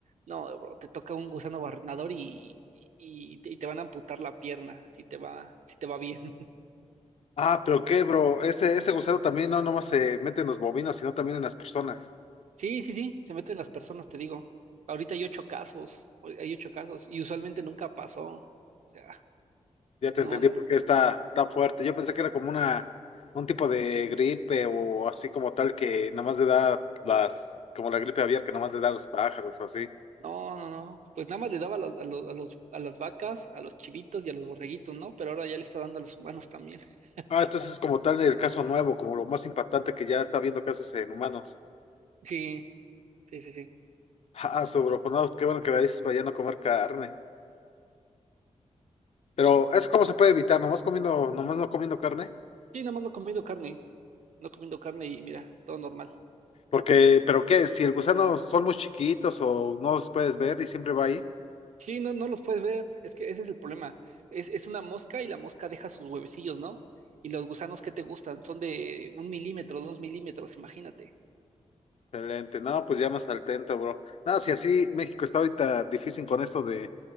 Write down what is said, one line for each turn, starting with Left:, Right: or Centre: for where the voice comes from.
Right: no, bro, te toca un gusano barrenador y, y, y te, y te van a amputar la pierna si te va, si te va bien. <laughs>
Left: Ah, pero qué, bro, ese, ese gusano también no nomás se mete en los bovinos, sino también en las personas.
Right: Sí, sí, sí, se meten las personas, te digo. Ahorita hay ocho casos, hoy hay ocho casos, y usualmente nunca pasó. O sea,
Left: Ya te
Right: no,
Left: entendí
Right: no,
Left: porque
Right: no.
Left: está, está fuerte. Yo pensé que era como una, un tipo de gripe o así como tal que nada más le da las, como la gripe aviar que nada más le da a los pájaros o así.
Right: No, no, no. Pues nada más le daba a los, a los, a los- a las vacas, a los chivitos y a los borreguitos, ¿no? Pero ahora ya le está dando a los humanos también. <laughs>
Left: Ah, entonces es como tal el caso nuevo, como lo más impactante que ya está habiendo casos en humanos. <laughs>
Right: Sí, sí, sí, sí.
Left: Ah, sobre, pues no, qué bueno que me dices para ya no comer carne. Pero eso cómo se puede evitar, nomás comiendo, nomás no comiendo carne.
Right: Sí, nada más no comiendo carne, no comiendo carne y mira, todo normal.
Left: Porque, pero qué, si el gusano son muy chiquitos o no los puedes ver y siempre va ahí.
Right: Sí, no, no los puedes ver, es que ese es el problema. Es, es una mosca y la mosca deja sus huevecillos, ¿no? Y los gusanos que te gustan son de un milímetro, dos milímetros, imagínate.
Left: Excelente, no, pues ya más al tanto, bro. No, si así México está ahorita difícil con esto de